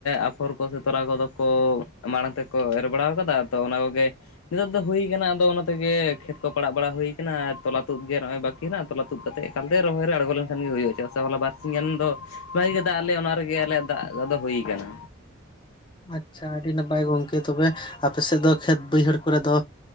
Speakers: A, on the left; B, on the left.
A: ᱟᱯᱷᱚᱨ ᱠᱚ ᱥᱮ ᱛᱚᱨᱟ ᱠᱚᱫᱚ ᱠᱚ ᱢᱟᱲᱟᱝ ᱛᱮᱠᱚ ᱮᱨ ᱵᱟᱲᱟᱣ ᱠᱟᱫᱟ ᱛᱚ ᱚᱱᱟ ᱠᱚᱜᱮ ᱱᱤᱛᱚᱜ ᱫᱚ ᱦᱩᱭ ᱠᱟᱱᱟ ᱟᱫᱚ ᱚᱱᱟ ᱛᱮᱜᱮ ᱠᱷᱮᱛ ᱠᱚ ᱯᱟᱲᱟᱜ ᱵᱟᱲᱟ ᱦᱩᱭᱩ ᱠᱟᱱᱟ ᱛᱚᱞᱟ ᱛᱩᱫ ᱜᱮ ᱱᱚᱜᱼᱚᱭ ᱵᱟᱠᱤ ᱦᱮᱱᱟᱜ ᱼᱟ ᱛᱚᱞᱟ ᱛᱩᱫ ᱠᱟᱛᱮ ᱮᱠᱟᱞ ᱛᱮ ᱨᱚᱦᱚᱭ ᱨᱮ ᱟᱬᱜᱚ ᱞᱮᱱ ᱠᱷᱟᱱ ᱜᱮ ᱦᱩᱭᱩᱜᱼᱟ ᱪᱟᱜ ᱥᱮ ᱦᱚᱞᱟ ᱵᱟᱨ ᱥᱤᱧ ᱜᱟᱱ ᱫᱚ ᱯᱨᱟᱭ ᱜᱮ ᱫᱟᱜ ᱞᱮᱜ ᱚᱱᱟ ᱨᱮᱜᱮ ᱟᱞᱮᱭᱟᱜ ᱫᱟᱜ ᱠᱚᱫᱚ ᱦᱩᱭ ᱠᱟᱱᱟ
B: ᱟᱪᱪᱷᱟ ᱟᱹᱰᱤ ᱱᱟᱯᱟᱭ ᱜᱚᱝᱠᱮ ᱛᱚᱵᱮ ᱟᱯᱮ ᱥᱮᱫ ᱫᱚ ᱠᱷᱮᱛ ᱵᱟᱹᱭᱦᱟᱹᱲ ᱠᱚᱨᱮ ᱫᱚ